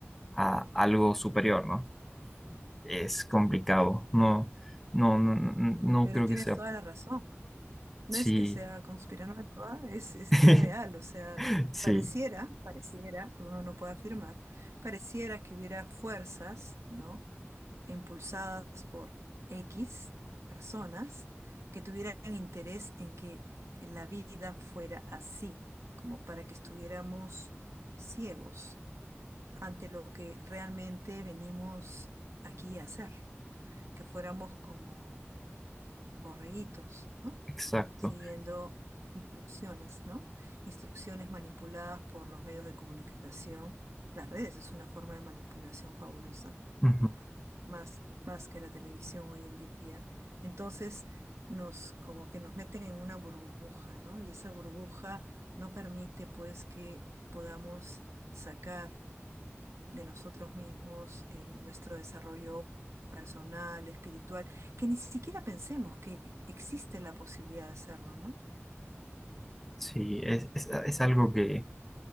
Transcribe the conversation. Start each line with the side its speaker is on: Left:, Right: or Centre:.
Centre: a algo superior, ¿no? Es complicado, no, no, no, no no
Right: Pero
Centre: creo
Right: tienes
Centre: que sea,
Right: toda la razón. No
Centre: sí,
Right: es que sea conspiranoico, ¿ah? Es, es,
Centre: <laughs>
Right: es real, o sea,
Centre: sí,
Right: pareciera, pareciera, uno no puede afirmar, pareciera que hubiera fuerzas, ¿no? Impulsadas por X personas que tuvieran interés en que la vida fuera así, como para que estuviéramos ciegos ante lo que realmente venimos aquí a hacer, que fuéramos como borreguitos, ¿no?
Centre: exacto.
Right: Siguiendo instrucciones, ¿no? Instrucciones manipuladas por los medios de comunicación. Las redes es una forma de manipulación fabulosa,
Centre: Ujú.
Right: más, más que la televisión hoy en día. Entonces, nos, como que nos meten en una burbuja, ¿no? Y esa burbuja no permite, pues, que podamos sacar de nosotros mismos, eh, nuestro desarrollo personal, espiritual, que ni siquiera pensemos que existe la posibilidad de hacerlo, ¿no?
Centre: Sí, es, es, es algo que